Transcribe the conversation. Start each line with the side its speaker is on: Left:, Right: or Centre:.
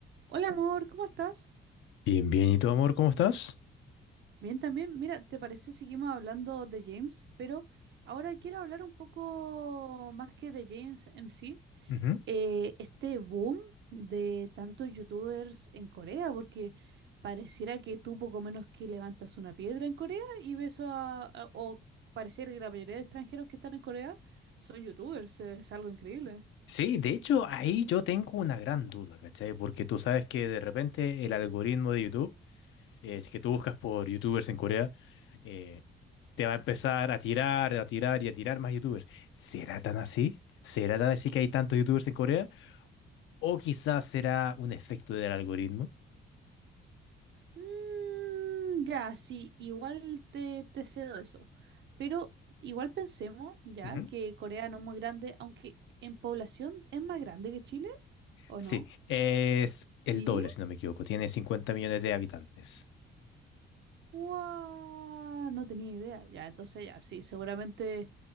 Right: Hola amor, ¿cómo estás?
Left: Bien, bien. ¿Y tu amor, cómo estás?
Right: Bien también. Mira, ¿te parece seguimos hablando de James? Pero ahora quiero hablar un poco más que de James MC.
Left: Ujú.
Right: eh, este boom de tantos youtubers en Corea, porque pareciera que tú poco menos que levantas una piedra en Corea y ves a, a- o pareciera que la mayoría de extranjeros que están en Corea son youtubers, es algo increíble.
Left: Sí, de hecho, ahí yo tengo una gran duda, ¿cachai? Porque tú sabes que de repente el algoritmo de YouTube, eh, si que tú buscas por YouTubers en Corea, eh, te va a empezar a tirar, a tirar y a tirar más YouTubers. ¿Será tan así? ¿Será tan así que hay tantos YouTubers en Corea? ¿O quizás será un efecto del algoritmo?
Right: Mm, ya, sí, igual te, te cedo eso. Pero igual pensemos, ya,
Left: Ujú,
Right: que Corea no es muy grande, aunque en población es más grande que Chile, ¿o
Left: Sí,
Right: no?
Left: es
Right: ¿Sí?
Left: el doble, si no me equivoco. Tiene 50 millones de habitantes.
Right: ¡Wow! No tenía idea. Ya, entonces ya, sí, seguramente